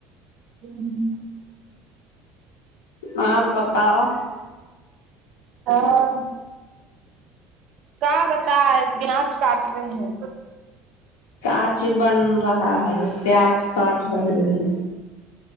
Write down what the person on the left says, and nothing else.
اور بتاؤ
آچ بن رہا ہے جو پیاز کاٹ رہی ہے